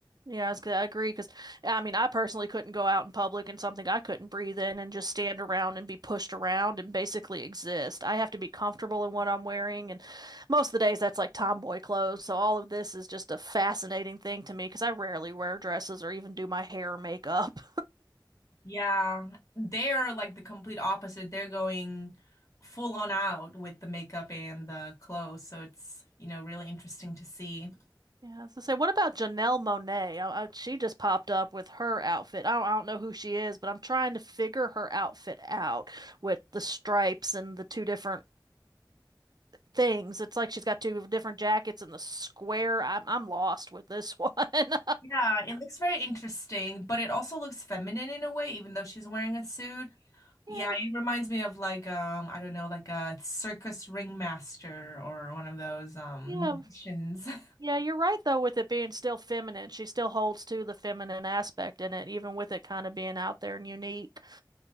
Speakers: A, on the right; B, on the left.
A: Yeah, I was gonna I agree because I mean, I personally couldn't go out in public in something I couldn't breathe in and just stand around and be pushed around and basically exist. I have to be comfortable in what I'm wearing, and most of the days that's like tomboy clothes. So all of this is just a fascinating thing to me because I rarely wear dresses or even do my hair or makeup.
B: Yeah, they're like the complete opposite. They're going full on out with the makeup and the clothes, so it's, you know, really interesting to see.
A: Yeah, so say, what about Janelle Monáe? I, I, she just popped up with her outfit. I don't, I don't know who she is, but I'm trying to figure her outfit out with the stripes and the two different things. It's like she's got two different jackets in the square. I'm I'm lost with this one. <laughs>
B: Yeah, it looks very interesting, but it also looks feminine in a way, even though she's wearing a suit. Yeah,
A: Yeah,
B: it reminds me of like um, I don't know, like a circus ringmaster or one of those um
A: yeah,
B: magicians. <laughs>
A: yeah. You're right though with it being still feminine. She still holds to the feminine aspect in it, even with it kind of being out there and unique.